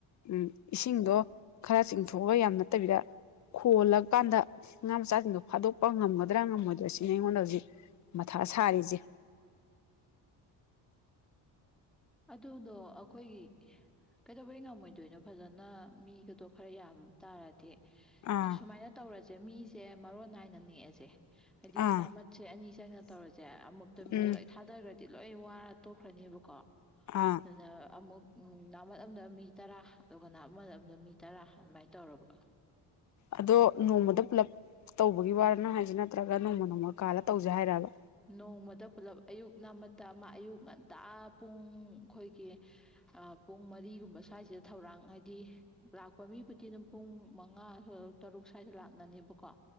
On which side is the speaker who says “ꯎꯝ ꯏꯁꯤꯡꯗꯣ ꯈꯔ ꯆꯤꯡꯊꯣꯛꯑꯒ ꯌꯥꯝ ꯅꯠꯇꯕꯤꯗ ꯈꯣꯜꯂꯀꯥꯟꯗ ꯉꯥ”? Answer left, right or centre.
Left